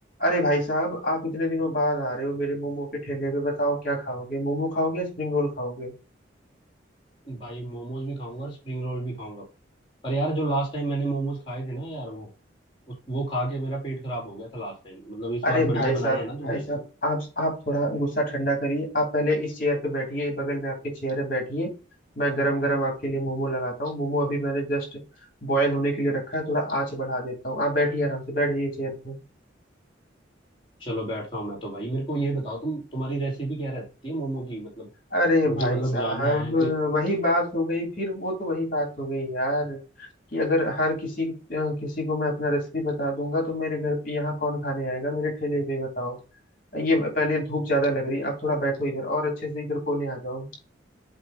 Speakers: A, on the left; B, on the left.
A: अरे भाई साहब आप इतने दिनों बाद आ रहे हो मेरे मोमो के ठेले पे बताओ क्या खाओगे मोमो खाओगे या स्प्रिंग रोल खाओगे
B: भाई मोमोज भी खाऊंगा और स्प्रिंग रोल भी खाऊंगा पर यार जो लास्ट टाइम मैंने मोमोज खाए थे ना यार वो उस वो खा के मेरा पेट खराब हो गया था लास्ट टाइम मतलब इस
A: अरे
B: बार
A: भाई
B: बढ़िया
A: साहब
B: बनाए हैं ना तुमने
A: भाई साहब आप आप थोड़ा गुस्सा ठंडा करिए आप पहले इस चेयर पे बैठिए बगल में आपके चेयर है बैठिए मैं गरम गरम आपके लिए मोमो लगाता हूँ मोमो अभी मैंने जस्ट बॉयल होने के लिए रखा है थोड़ा आंच बढ़ा देता हूँ आप बैठिए आराम से बैठ जाइए चेयर पे
B: चलो बैठ रहा हूँ मैं तो भाई मेरे को ये बताओ तुम तुम्हारी रेसिपी क्या रहती है मोमो की मतलब
A: अरे
B: मुझे
A: भाई
B: मतलब
A: साहब
B: जानना है कि
A: वही बात हो गई फिर वो तो वही बात हो गई यार कि अगर हर किसी किसी को मैं अपना रेसिपी बता दूंगा तो मेरे घर पे यहाँ कौन खाने आएगा मेरे ठेले पे बताओ ये पहले धूप ज्यादा लग रही आप थोड़ा बैठो इधर और अच्छे से इधर कोने आ जाओ